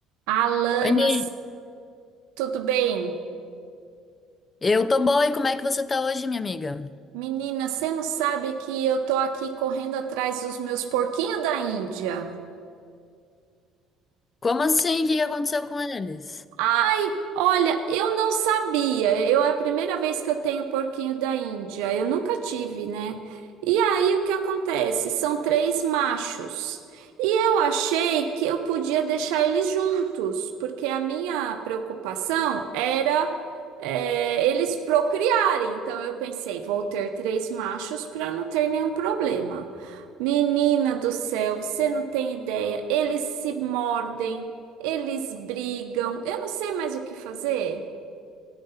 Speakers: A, on the right (about 80°); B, on the left (about 30°).
A: Alana,
B: Oi, Ni.
A: s- tudo bem?
B: eu tô boa e como é que você tá hoje, minha amiga?
A: Menina, você não sabe que eu tô aqui correndo atrás dos meus porquinhos da Índia.
B: Como assim? O que que aconteceu com eles?
A: Ai, olha, eu não sabia. Eu é a primeira vez que eu tenho porquinho da Índia. Eu nunca tive, né? E aí o que acontece? São três machos. E eu achei que eu podia deixar eles juntos, porque a minha preocupação era é, eles procriarem. Então eu pensei, vou ter três machos para não ter nenhum problema. Menina do céu, você não tem ideia. Eles se mordem. Eles brigam. Eu não sei mais o que fazer.